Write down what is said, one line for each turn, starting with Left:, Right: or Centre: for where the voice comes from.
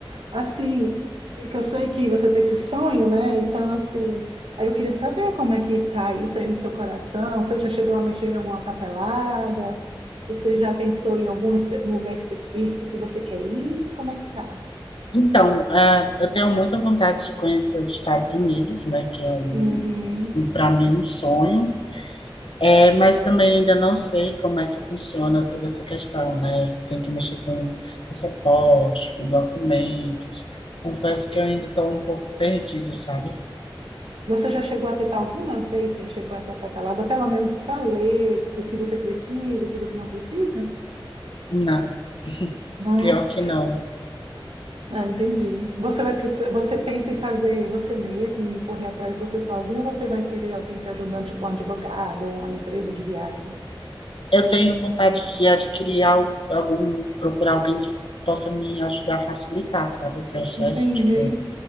Right: Assim, que eu sei que você tem esse sonho, né? Então, assim, aí eu queria saber como é que tá isso aí no seu coração. Você já chegou a mexer em alguma papelada? Você já pensou em algum espe- um lugar específico que você quer ir? Como é que tá?
Left: Então, ah, eu tenho muita vontade de conhecer os Estados Unidos, né, que é um,
Right: Uhum.
Left: assim, para mim um sonho. É, mas também ainda não sei como é que funciona toda essa questão, né? Tem que mexer com passaporte, com documentos. Confesso que eu ainda estou um pouco perdido, sabe?
Right: Você já chegou a tentar alguma vez mexer com essa papelada, pelo menos para ler o que você precisa, o que você não precisa?
Left: Não,
Right: Não?
Left: pior que não.
Right: Ah, entendi. Você vai precisar, você pensa em fazer você mesmo, em correr atrás de você sozinho, ou você vai querer alguém te ajudando, tipo um advogado ou uma empresa de viagem?
Left: Eu tenho vontade de adquirir al- algum, procurar alguém que possa me ajudar a facilitar, sabe, o processo,
Right: Entendi,
Left: tipo,